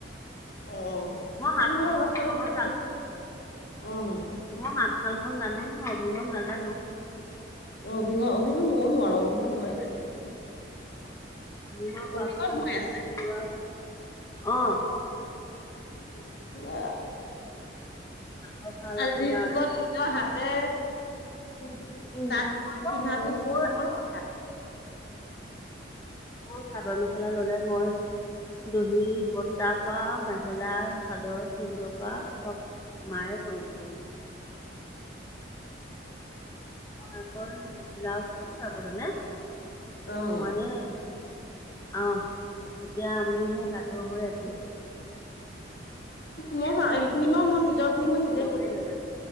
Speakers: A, on the left; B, on the left.
A: অ মোৰ
B: মই হাতশালখন
A: বাৰু অলপ চলপ
B: অকমান
A: জানো, উম
B: মই সাতশাল খন জানো ন অভিহন নাজানো
A: অ অভিঙ, অভিঙ ময়ও নোৱাৰো অভিঙখন ভয়ে লাগে।
B: আমাৰ
A: অভিঙত
B: পাপৰ
A: বৈ আছে।
B: ৰোৱা অ
A: <unintelligible>
B: তাঁতৰ শাল
A: আজিৰ
B: আপোনাৰ
A: যুগত নিজৰ হাতে কু্তি
B: উম
A: তাত বৈ
B: চব
A: পিন্ধাটো
B: জানো মোৰ
A: বহুত ডাঙৰ কথা।
B: মোৰ চাদৰ মেখেলা ললে মই দহি বতা পা মেখেলা চাদৰ চিলোৱা পা চব মায়ে কৰি দিয়ে। মই অকল ব্লাউজটো চিলাব জানে।
A: অ',
B: মানে অহ এতিয়া আমিহে গাধ হৈ আছো।
A: মই
B: সিহঁতে
A: সেইখিনি
B: চব জানে,
A: বাৰু মই নিজৰ খিনি মই নিজে
B: মইহে
A: কৰি
B: নাজানো